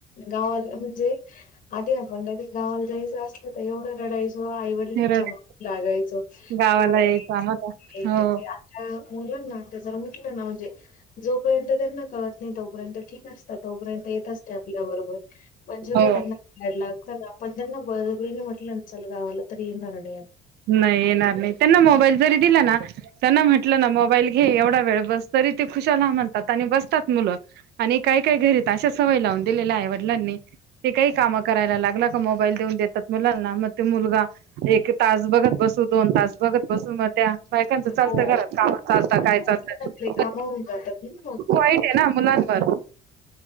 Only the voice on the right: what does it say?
फिरत
गावाला
यायचं आम्हाला. हो.
हो.
नाही येणार नाही त्यांना मोबाईल जरी दिला ना त्यांना म्हटलं ना मोबाईल घे एवढा वेळ बस तरी ते खुशाला म्हणतात आणि बस मुलं आणि काय काय घरीत अशा सवयी लावून दिलेल्या आहे वडलांनी ते काही काम करायला लागलं मोबाईल देऊन देतात मुलांना मग ते मुलगा एक तास बघत बसू दोन तास बघत बसू मग त्या बायकांच चालतंात
काम चालत
काय चालतंप
वाईट आहे ना मुलां ब